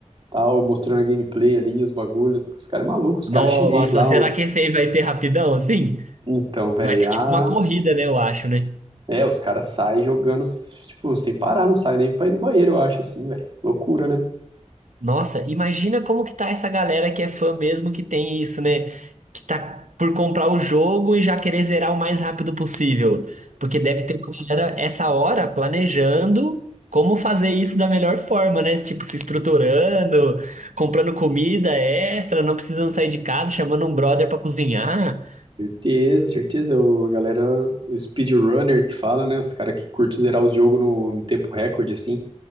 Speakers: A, on the right (about 40°); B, on the right (about 85°).
A: tal, mostrando a gameplay ali, os bagulhos. Os caras é maluco, os
B: Nossa,
A: caras chinês lá,
B: será
A: uns.
B: que esse aí vai ter rapidão assim?
A: Então, velho,
B: Vai ter
A: ah,
B: tipo uma corrida, né? Eu acho, né?
A: é, os caras saem jogando, tipo, sem parar, não sai nem pra ir no banheiro, eu acho, assim, velho. Loucura, né?
B: Nossa, imagina como que tá essa galera que é fã mesmo que tem isso, né? Que tá por comprar o jogo e já querer zerar o mais rápido possível. Porque deve ter uma galera essa hora planejando como fazer isso da melhor forma, né? Tipo, se estruturando, comprando comida extra, não precisando sair de casa, chamando um brother pra cozinhar.
A: Certeza, certeza. O, a galera, o speedrunner que fala, né? Os caras que curtem zerar os jogos no, no tempo recorde, assim.